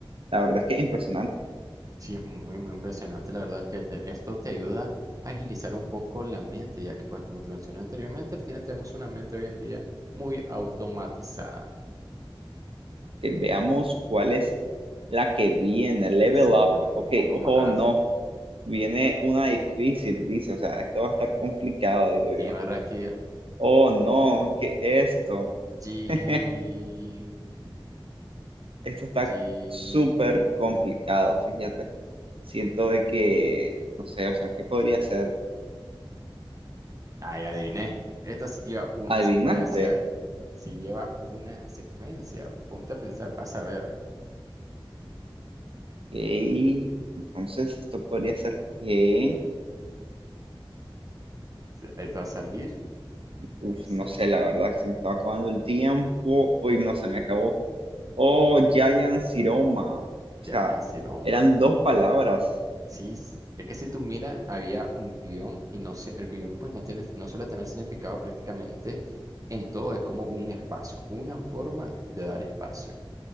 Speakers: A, on the right; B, on the right.
A: la verdad es que es impresionante.
B: Sí, muy, muy impresionante, la verdad, que te- esto te ayuda a agilizar un poco la mente, ya que, pues, como te mencioné anteriormente, tiene, tenemos una mente hoy en día muy automatizada.
A: Ok, veamos cuál es la que viene. Level
B: Sí,
A: up.
B: no, un
A: Ok,
B: poco
A: ojo,
B: más alta.
A: no. Viene una difícil, dice. O sea, esto va a estar complicado, digo yo.
B: Y en verdad que
A: Oh, no, ¿qué es esto?
B: G,
A: <laughs> Esto está
B: G,
A: súper complicado,
B: ya,
A: fíjate. Siento de que, no sé, o sea, ¿qué podría ser?
B: Ay, adiviné. Esta sí lleva una
A: ¿Adivinaste?
B: secuencia. Si lleva una secuencia, ponte a pensar, vas a ver.
A: Ok, entonces esto podría ser que,
B: Sí, ahí te va a salir,
A: uf,
B: revisa,
A: no sé, la verdad que se me estaba acabando el tiempo. Uy, no, se me acabó. o Giant Ciroma. O sea,
B: ya, ya, Siroma.
A: eran dos palabras.
B: Sí, s- es que si tú miras, había un guión y no sé, el guión pues no tiene, no suele tener significado prácticamente en todo, es como un espacio, una forma de dar espacio.